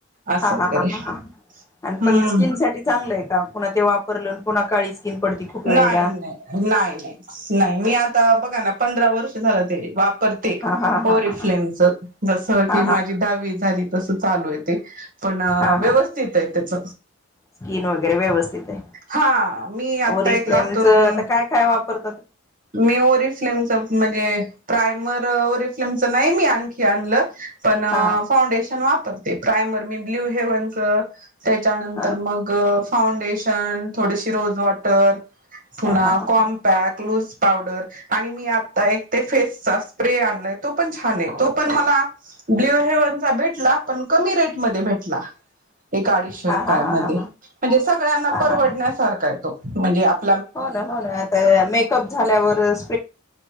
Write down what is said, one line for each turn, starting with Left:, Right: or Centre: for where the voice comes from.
Right: असं
Left: हा
Right: वगैरे
Left: हा
Right: हम्म.
Left: हा हा आणि पण स्किन साठी चांगलं आहे का पुन्हा ते वापरलं, पुन्हा काळी स्किन पडती खूप वेळेला
Right: नाही नाही,
Left: हा
Right: नाही नाही, नाही मी आता बघा ना पंधरा वर्ष झालं ते वापरते.
Left: हा हा हा
Right: 'ओरिफ्लेम
Left: हा
Right: ' च जस
Left: हा
Right: की
Left: हा
Right: माझी दहावी झाली तस चालू आहे ते पण
Left: हा हा
Right: व्यवस्थित आहे त्याच.
Left: स्किन वगैरे व्यवस्थित आहे.
Right: हा मी आता
Left: ओरी
Right: एक
Left: फ्लेमच
Right: लातूरून
Left: आता काय काय वापरत
Right: मी ओरिफ्लेमच म्हणजे, प्रायमर ओरि ओरिफ्लेम नाही मी आणखी आणल, पण
Left: हा हा
Right: फॉउंडेशन वापरते प्रायमर मी ब्ल्यू हेवन च त्याच्यानंतर
Left: हा
Right: मग फाउंडेशन, थोडीशी रोज वॉटर तर पुन्हा
Left: हा हा हा
Right: कॉमपॅक लूस पावडर आणि मी आता एक ते फेसचा स्प्रे आणलाय तो पण छान आहे तो पण मला ब्ल्यू हेव्हनचा भेटला पण कमी रेटमध्ये भेटला एक अडीचशे
Left: हा
Right: रुपयामध्ये
Left: हा हा हा
Right: म्हणजे सगळ्यांना
Left: हा
Right: परवडण्यासारखा
Left: हा हा
Right: आहे तो म्हणजे आप
Left: हो ना हो ना आता मेकअप झाल्यावरच